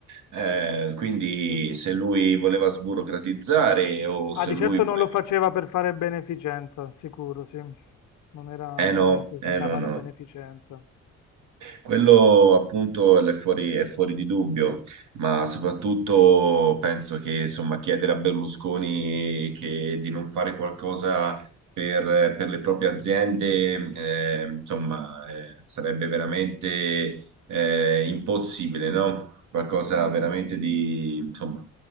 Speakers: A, on the right (about 75°); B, on the left (about 70°).
A: Eh, quindi
B: Certo.
A: se lui voleva sburocratizzare o
B: Ah,
A: se
B: di
A: lui
B: certo
A: voleva...
B: non lo faceva per fare beneficenza, sicuro, sì. Non era
A: Eh no,
B: uno che
A: eh
B: si dava
A: no, no.
B: la beneficenza.
A: Quello appunto è fuori, è fuori di dubbio, ma soprattutto penso che insomma, chiedere a Berlusconi che- di non fare qualcosa per, per le proprie aziende eh, insomma, eh, sarebbe veramente eh, impossibile, no? Qualcosa veramente di, insomma,